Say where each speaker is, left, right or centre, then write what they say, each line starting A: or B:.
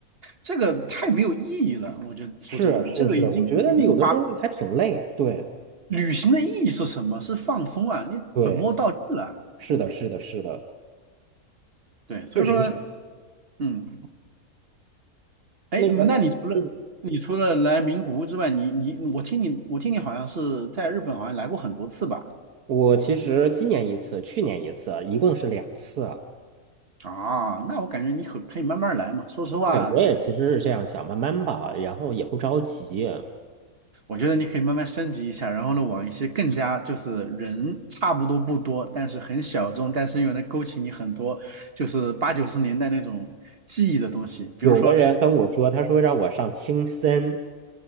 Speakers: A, on the right; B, on the right.
A: 这个太没有意义了，我觉得说真的，
B: 是是是，
A: 这个已经已经把
B: 我觉得有的时候还挺累。对
A: 旅行的意义是什么？是放松啊，你本末倒置了。
B: 对，是的，是的，是的。
A: 对，所以说，
B: 确实是。
A: 嗯，哎，
B: 那个，
A: 那你除了你除了来名古屋之外，
B: 嗯，
A: 你你我听你我听你好像是在日本好像来过很多次吧？
B: 我其实今年一次，去年一次啊，一共是两次啊。
A: 啊，那我感觉你可可以慢慢来嘛。说实话，
B: 对，我也其实是这样想，慢慢吧，然后也不着急。
A: 我觉得你可以慢慢升级一下，然后呢，往一些更加就是人差不多不多，但是很小众，但是又能勾起你很多就是八九十年代那种记忆的东西，比如说
B: 有的人跟我说，他说让我上青森，